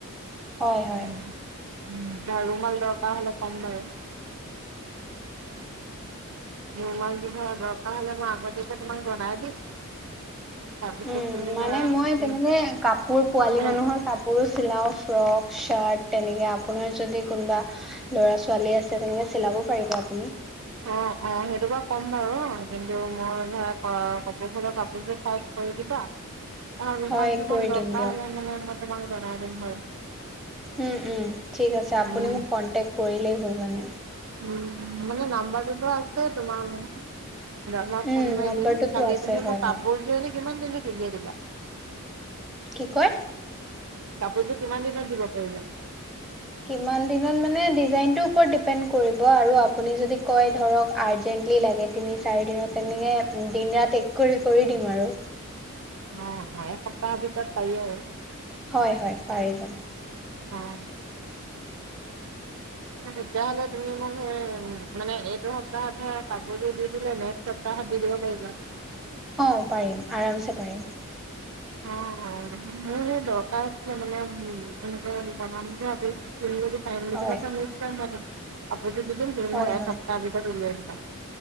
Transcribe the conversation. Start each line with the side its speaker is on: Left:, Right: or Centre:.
Centre: হয়
Right: উম,
Centre: হয়।
Right: উম আৰু ৰুমাল দৰকাৰ হলে কম বাৰু। ৰুমাল ধৰা দৰকাৰ হ'লে মই আগতীয়াকে তোমাক জনাই দিম তাৰপিছত
Centre: উম।
Right: তুমি
Centre: মানে
Right: ধৰা
Centre: মই
Right: উম,
Centre: তেনেকে কাপোৰ পোৱালি
Right: এন
Centre: মানুহৰ কাপোৰো চিলাও। ফ্ৰক চাৰ্ট তেনেকে আপোনাৰ যদি কোনোবা ল'ৰা, ছোৱালী আছে তেনেকে চিলাব পাৰিব আপুনি
Right: অ, অ সেইটো বাৰ ক'ম বাৰু কিন্তু মই ধৰা কপৌ ফুলৰ কাপোৰযোৰ ফাৰ্ষ্ট কৰি দিবা। আৰু ৰুমাল
Centre: হয়
Right: কেইখন
Centre: কৰি
Right: দৰকাৰ
Centre: দিম দিয়ক
Right: হলে মানে মই তোমাক জনাই দিম বাৰু।
Centre: উম, উম, ঠিক আছে আপুনি
Right: উম।
Centre: মোক কন্টেক কৰিলেই হল মানে।
Right: উম। মানে নাম্বাৰটো বাৰু আছে তোমাৰ মোৰ মই
Centre: উম,
Right: ফোন মাৰি
Centre: নম্বৰটোতো
Right: দিম। খালি
Centre: আছে
Right: তুমি
Centre: হয়,
Right: মোক কাপোৰযোৰ
Centre: হয়।
Right: এনে কিমান দিনত উলিয়াই দিবা?
Centre: কি কয়?
Right: কাপোৰযোৰ কিমান দিনত দিব পাৰিবা।
Centre: কিমান দিনত মানে ডিজাইন টোৰ ওপৰত ডিপেন্ড কৰিব আৰু আপুনি যদি কয় ধৰক আৰ্জেন্ট লাগে তিনি, চাৰি দিনত তেনেকে দিন ৰাত এক কৰি কৰি দিম আৰু।
Right: অ অ এসপ্তাহৰ ভিতৰত পাৰি আৰু।
Centre: হয় হয় পাৰি যাব।
Right: অ। ঠিক আছে। তেতিয়া হ'লে তুমি মোক, সেই মানে, এইটো সপ্তাহত ধৰা কাপোৰযোৰ দি দিলে, নেক্সট সপ্তাহ সপ্তাহত দি দিব পাৰিবা
Centre: অ', পাৰিম। আৰামছে পাৰিম।
Right: অ', অ'। মোৰ সেই দৰকাৰ আছিলে, মানে, উম, এনেকে বনাম বুলি ভাবি তুমি যদি পাইম ম
Centre: হয়।
Right: বুলি কৈছা নিশ্চয় মই দিম। ধৈৰ্য্য দি দিম তুমি
Centre: হয়
Right: মই এক
Centre: হয়
Right: সপ্তাহৰ ভিতৰত উলিয়াই দিবা।